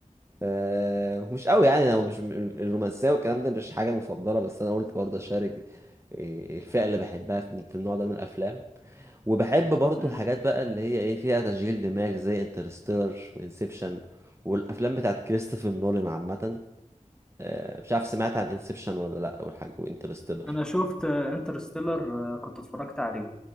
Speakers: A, on the right (about 20°); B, in the centre.
A: آه، مش قوي يعني انا مش الرومانسيه والكلام ده مش حاجه المفضله بس انا قلت برضه اشارك آه، الفئه اللي بحبها في في النوع ده من الافلام وبحب برضو
B: مم.
A: الحاجات بقى اللي هي ايه فيها تشغيل دماغ زي انترستيلر وانسبشن والافلام بتاعت كريستوفر نولان عامه آه، مش عارف سمعت عن انسبشن ولا لا والحاجه وانترستيلر
B: انا شفت انترستيلر كنت اتفرجت عليه